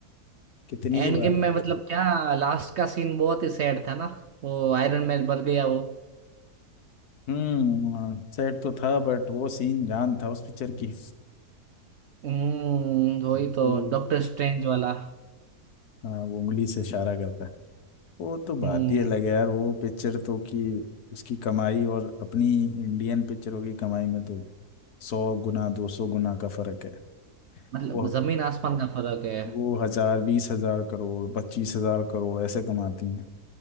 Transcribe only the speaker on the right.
एंड
गेम
में मतलब क्या लास्ट का सीन बहुत ही सैड था ना वो आयरन मैन मर गया वो
हम्म वही
तो डॉक्टर स्ट्रेंज वाला
हम्म
मतलब
जमीन आसमान का फर्क है